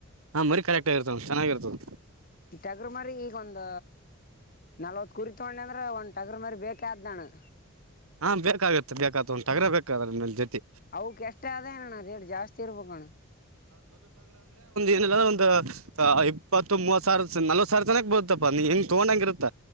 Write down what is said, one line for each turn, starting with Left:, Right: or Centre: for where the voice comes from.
Right: ಹಾಂರಿ ಕರೆಕ್ಟ್ ಆಗಿತ ಚೆಾಗಿರ್ತದೆ.
Left: ತಟಗ್ರ ಮರಿ ಈಗೊಂದ ನಲ್ವತ್ ಕುರಿ ತಗೊಂಡೆ ಅಂದ್ರ ಒಂದ್ ತೆಗ್ರ ಮರಿ ಬೇಕ. ಅ ಅದಾನ.
Right: ಹಾ ಬೇಕಾಗತ್ತೆ ಬೇಕತ್ತ ಒಂದ್ ತಗ್ರ ಬೇಕಾದ್ರ ಜೊತೆ.
Left: ಅವಕ ಎಷ್ಟ ಆದೇನಣ್ಣ ರೇಟ್ ಜಾಸ್ತಿ ಇರ್ಬೇಕಣ್ಣ.
Right: ಏನಲ್ಲ ಒಂದು ಇಪ್ಪತ್ತುತ್ವತ್ ಸಾವಿರ ನಲ್ವತ್ ಸಾವಿರ ಜನಕ್ ಬತ್ತಪ್ಪಾ ಹೆಂಗ ತಗೊಂಡಂಗ ಇರತ್ತ.